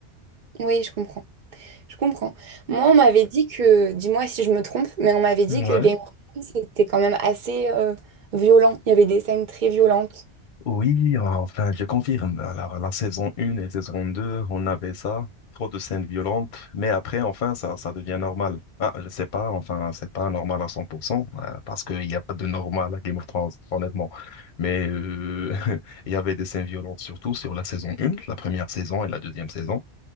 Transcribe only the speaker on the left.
Ouais.
Oui, enfin, je confirme. Alors, la saison 1 et saison 2, on avait ça, trop de scènes violentes, mais après, enfin, ça, ça devient normal. Ah, je sais pas, enfin, c'est pas normal à 100%, euh, parce qu'il n'y a pas de normal à Game of Thrones, honnêtement. Mais euh, <laughs> il y avait des scènes violentes, surtout sur la saison 1, la première saison et la deuxième saison.